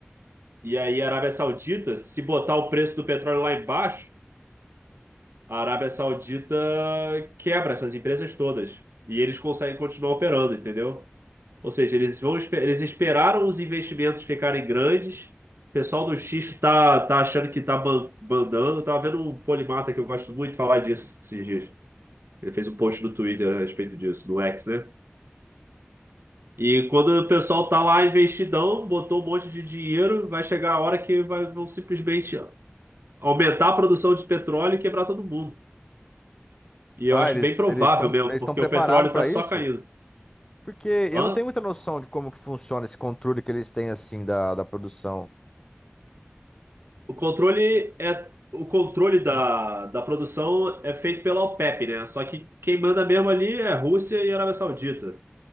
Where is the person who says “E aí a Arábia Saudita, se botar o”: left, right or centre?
Right